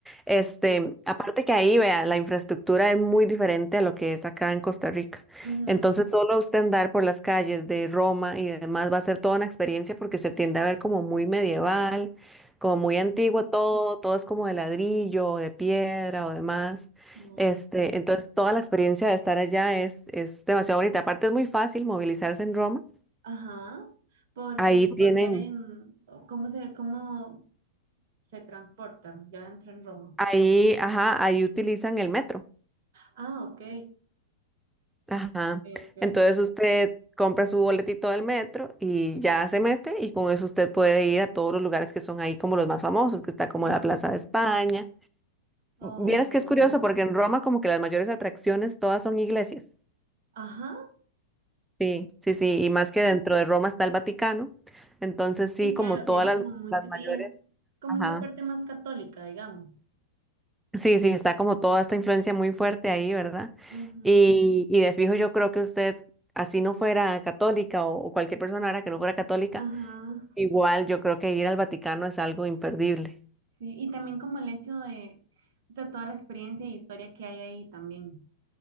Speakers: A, in the centre; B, on the right.
A: Este,
B: Mm,
A: aparte que ahí, vea, la infraestructura es muy diferente a lo que es acá en Costa Rica.
B: ujú,
A: Entonces, solo usted andar por las calles de Roma y demás va a ser toda una experiencia porque se tiende a ver como muy medieval, como muy antiguo todo, todo es como de ladrillo, o de piedra o demás.
B: ujú,
A: Este,
B: mm,
A: entonces toda la experiencia de estar allá es, es demasiado bonita. Aparte es muy fácil movilizarse en Roma.
B: Ajá, porque
A: Ahí tienen,
B: por ser en, ¿cómo se, cómo se transportan? Ya entró en Roma.
A: Ahí, ajá, ahí utilizan el metro.
B: Ah, ok,
A: Ajá.
B: ok, ok.
A: Entonces usted compra su boletito del metro y ya se mete y con eso usted puede ir a todos los lugares que son ahí como los más famosos, que está como
B: Ujú.
A: la Plaza de España.
B: Oh,
A: Vieras que es curioso porque en Roma como que las mayores atracciones todas son iglesias.
B: ajá,
A: Sí, sí, sí, y más que dentro de Roma está el Vaticano. Entonces sí,
B: sí, claro,
A: como todas
B: tiene
A: las,
B: como mucho,
A: las mayores,
B: y es como
A: ajá.
B: esta parte más católica, digamos.
A: Sí, sí, está como toda esta influencia
B: Ujú,
A: muy fuerte ahí, ¿verdad?
B: Ujú,
A: Y, y de fijo yo creo que usted, así no fuera católica o, o cualquier persona ahora que no fuera católica,
B: Ajá,
A: igual yo creo que ir al Vaticano es algo imperdible.
B: sí, y también como el hecho de, o sea, toda la experiencia y historia que hay ahí también.